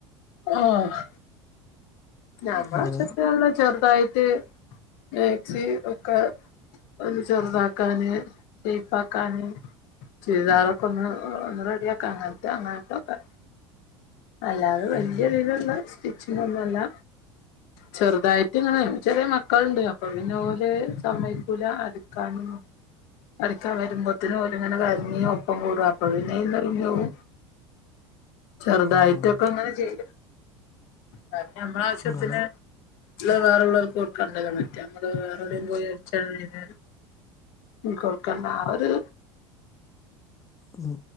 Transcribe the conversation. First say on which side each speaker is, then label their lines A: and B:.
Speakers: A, on the left; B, on the left.
A: ആഹ്. ഞമ്മളെ
B: ഇങ്ങനെ
A: ആവശ്യത്തിനുള്ളത് ചെറുതായിട്ട് മാക്സി ഒക്കെ ഒന്ന് ചെറുതാക്കാൻ ഷേപ്പ് ആക്കാന് ചുരിദാർ ഒക്കൊന്ന് ഒന്ന് റെഡിയാക്കാ അങ്ങത്തെ അങ്ങത്തെ ഒക്കെ അല്ലാതെ വലിയ
B: ഉം ഉം
A: ഇതില്ള്ള സ്റ്റിചിങ്ങോന്നല്ല ചെറുതായിട്ട് ഇങ്ങെ ചെറിയ മക്കളുണ്ട് അപ്പൊ പിന്നെ ഓല് സമയക്കൂല അടുക്കാനൊന്നു. അടിക്കാൻ വരുമ്പോത്തന് ഓല് ഇങ്ങനെ കരഞ്ഞ് ഒപ്പം കൂടും അപ്പോ പിന്നെ എല്ലാരു പോവു. ചെറുതായിട്ട്
B: ആഹ് ആഹ്
A: ഇപ്പം ഇങ്ങനെ ചെയു കാരണം മ്മള ആവശ്യത്തിന്
B: നിങ്ങള്
A: ഇല്ല വേറെള്ളവർക്ക് കൊടുക്കണ്ടല്ലോ മറ്റേ നമ്മള് വേറെ എവിടെേയും പോയി അടിച്ച ഒരുന്നേരം ഉം കൊടുക്കണ്ട ആ ഒരു
B: ഉം